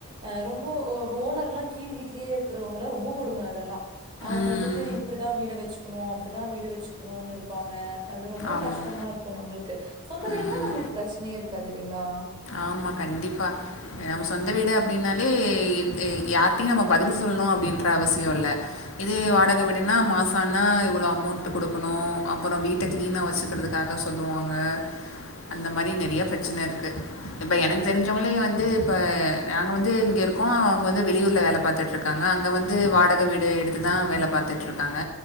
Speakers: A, on the right (about 20°); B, on the left (about 65°).
A: ஆ ரொம்போ ஆ ஓனர்லா கீழ் வீட்லேயே இருக்கிறவங்களா ரொம்ப கொடும அதெல்லாம அவுங்க
B: ம்
A: வந்துட்டு இப்டிதான வீட வெச்சுக்கணு அப்டிதா வீட வெச்சுக்க ணுனு இருப்பாங்க அது ரொம்ப
B: ஆமா
A: கஷ்டமா இருக் கு நம்பள்க்கு சொந்த வீடுனா
B: ம்
A: நம்மளுக் பிரச்சனையே இருக்காது இல்லைங்களா
B: ஆமா கண்டிப்பா நம்ம சொந்த வீடு அப்டின்னாலே இந் யாருட்டயு நம்ம பதில் சொல்லணு அப்டின்ற அவசிய இல்ல இதே வாடக வீடுனா மாச ஆனா இவ்வளோ அமௌண்ட் குடுக்கணு அப்புற வீட்ட க்ளீனா வச்சு க்றதுக்காக சொல்லுவாங்க அந்த மாரி நெறைய பிரச்சனை இருக்கு இப்போ எனக்கு தெரிஞ்சவங்களே வந்து இப்போ நாங்க வந்து இங்க இருக்கோ அவுங்க வந்து வெளியூர்ல வேல பாத்துட்டுருக்காங்க அங்க வந்து வாடக வீடு எடுத்து தா வேல பாத்துட்டு்ருக்காங்க